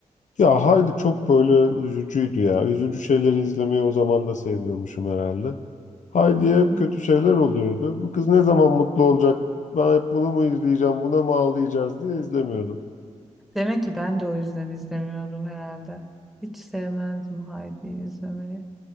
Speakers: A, on the left; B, in the centre.
A: Ya Haydi çok böyle üzücüydü ya. Üzücü şeyleri izlemeyi o zaman da sevmiyormuşum herhalde. Haydi'ye
B: Hmm.
A: hep kötü şeyler oluyordu. Bu kız ne zaman mutlu olacak? Ben hep bunu mu izleyeceğim, buna mı ağlayacağız diye izlemiyordum.
B: Demek ki ben de o yüzden izlemiyordum herhalde. Hiç sevmezdim Heidi'yi izlemeyi.